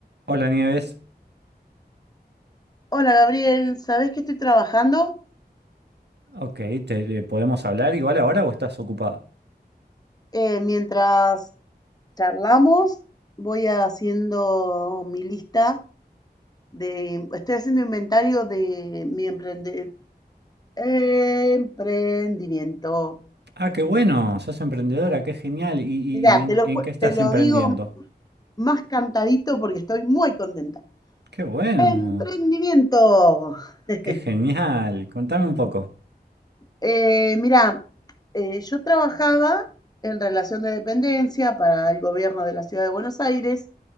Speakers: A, on the right; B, on the left.
A: Hola Nieves,
B: Hola Gabriel, ¿sabés que estoy trabajando?
A: ok, ¿te, te- podemos hablar igual ahora o estás ocupada?
B: Eh, mientras charlamos, voy haciendo mi lista de, estoy haciendo inventario de mi emprende- emprendimiento.
A: Ah, qué bueno, sos emprendedora, qué genial. ¿Y, y-
B: Mirá,
A: y en,
B: te lo,
A: y en
B: cu-
A: qué estás
B: te lo
A: emprendiendo?
B: digo más cantadito porque estoy muy contenta.
A: Qué bueno,
B: Emprendimiento. <laughs>
A: qué genial. Contame un poco.
B: Eh, mirá, eh, yo trabajaba en relación de dependencia para el gobierno de la Ciudad de Buenos Aires